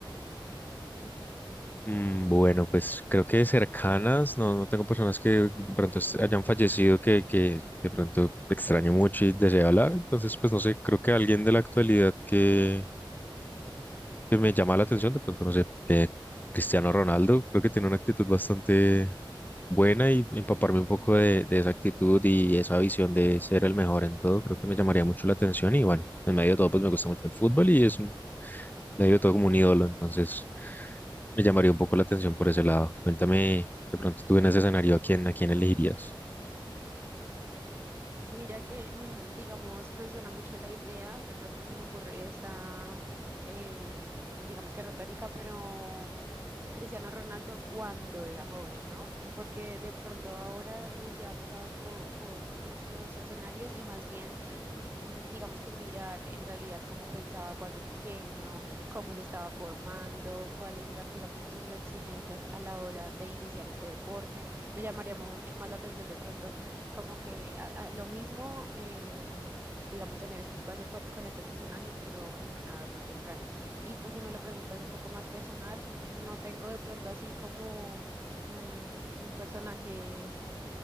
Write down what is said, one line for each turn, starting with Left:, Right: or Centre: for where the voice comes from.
Left: Mm, Bueno, pues creo que cercanas, no, no tengo personas que de pronto est- hayan fallecido que, que de pronto extraño mucho y deseo hablar, entonces pues no sé, creo que alguien de la actualidad que que me llama la atención, de pronto no sé, que Cristiano Ronaldo creo que tiene una actitud bastante buena y empaparme un poco de, de esa actitud y esa visión de ser el mejor en todo, creo que me llamaría mucho la atención y bueno, en medio de todo pues me gusta mucho el fútbol y es un- medio de todo como un ídolo, entonces me llamaría un poco la atención por ese lado. Cuéntame, de pronto tú en ese escenario, ¿a quién, a quién elegirías?
Right: Mira que, mm, digamos, me suena mucho la idea, de pronto se me ocurre esta, em, digamos que retórica, pero Cristiano Ronaldo cuando era joven, ¿no? Porque de pronto ahora pues ya ha pasado po- por muchos escenarios y más bien mm, digamos que mirar en realidad cómo pensaba cuando pequeño, cómo se estaba formando, cuáles eran digamos que sus exigencias a la hora de iniciar este deporte. Me llamaría mucho más la atención de pronto como que a- a lo mismo eh, digamos tener este espacio con, con este personaje pero en una edad más temprana. Y pues si me lo preguntas un poco más personal, no tengo de pronto así como mm, un personaje